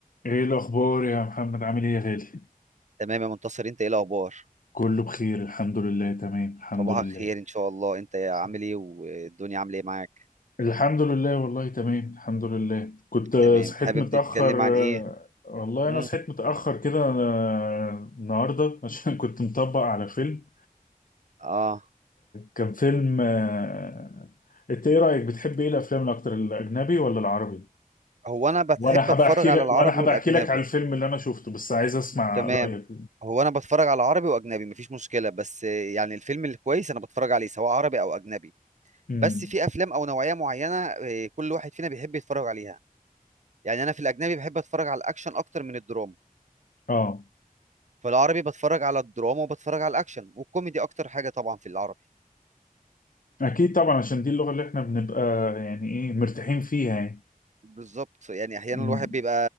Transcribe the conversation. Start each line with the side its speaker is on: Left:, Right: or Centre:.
Left: ايه الاخبار يا محمد عامل ايه يا غالي
Right: تمام يا منتصر انت ايه الاخبار
Left: كله بخير الحمد لله تمام الحمد
Right: صباحك
Left: لله
Right: خير ان شاء الله انت عامل
Left: صح
Right: ايه والدنيا عامله ايه معاك
Left: الحمد لله والله تمام الحمد لله كنت آه،
Right: تمام
Left: صحيت
Right: حابب
Left: متأخر
Right: نتكلم عن ايه
Left: آه، والله
Right: مم.
Left: انا صحيت متأخر كده أنا النهارده <laughs> عشان كنت مطبق على فيلم
Right: اه
Left: كان فيلم آه، انت ايه رأيك بتحب ايه الافلام الاكتر الاجنبي ولا العربي
Right: هو انا بحب
Left: وانا
Right: اتفرج
Left: هبقى احكي
Right: على
Left: لك
Right: العربي
Left: وانا
Right: والاجنبي
Left: هبقى احكي لك على الفيلم اللي انا شفته بس عايز اسمع
Right: تمام
Left: رأيك
Right: هو انا بتفرج على عربي واجنبي مفيش مشكله بس آه، يعني الفيلم الكويس انا بتفرج عليه سواء عربي او اجنبي
Left: امم
Right: بس في افلام او نوعيه معينه آه، كل واحد فينا بيحب يتفرج عليها يعني انا في الاجنبي بحب اتفرج على الاكشن اكتر من الدراما
Left: اه
Right: في العربي بتفرج على الدراما وبتفرج على الاكشن والكوميدي اكتر حاجه طبعا في العربي
Left: اكيد طبعا عشان دي اللغه اللي احنا بنبقى يعني ايه مرتاحين فيها يعني
Right: بالظبط يعني احيانا
Left: أمم،
Right: الواحد بيبقى